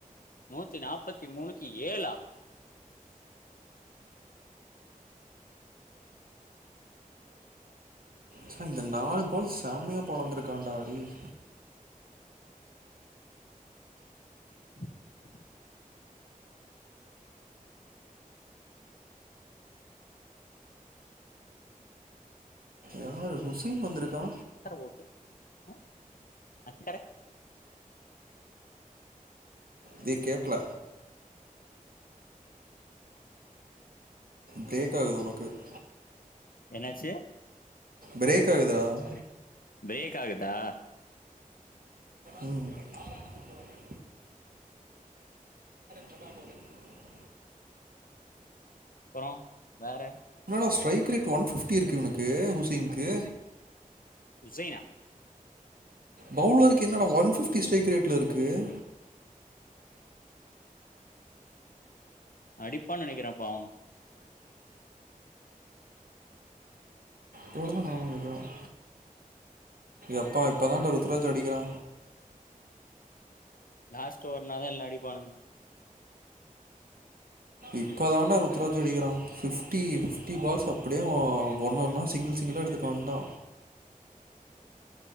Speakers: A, on the left (about 75°); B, on the right (about 85°).
A: நூத்தி நாற்பத்தி மூனுக்கு ஏழா
B: ச இந்த நாலு பல் செமையா பொழந்திருக்காடா டேய்
A: <inaudible>
B: யாரு ஹுசைன் வந்திருக்கா
A: அக்கரை ஓட்டு அஹ அக்கர
B: தே கேக்கல பிரேக் ஆகுது உனக்கு <inaudible>
A: என்னாச்சு
B: பிரேக் ஆகுதுதா <inaudible>
A: ப்ரேக் ஆகுதா
B: ம் <inaudible> <inaudible>
A: அப்றோ வேற
B: அ ஸ்ட்ரைக் ரேட் ஒன் ஃபிஃப்டி இருக்கு இவனுக்கு ஹுசேனுக்கு
A: ஹுசைனா
B: பவுலருக்கு என்னடா ஒன் ஃபிப்டி ஸ்டரைக் ரேட்ல இருக்கு <inaudible>
A: அடிப்பான்னு நெனைக்கிறே அப்ப அவனு
B: <unintelligible> எப்பா இப்பதான்டா ருத்ராஜ் அடிக்கிறா
A: லாஸ்ட ஓவர் நா தா எல்லா அடிப்பானுங்க
B: இப்பதான்டா ருத்ராஜ் அடிக்கிறா ஃபிப்டி ஃபிப்டி பால்ஸ் அப்டியே ஒ ஒன் ஒன்னா சிங்கிள் சிங்கிள்ளா எடுத்துட்டு வந்துட்டா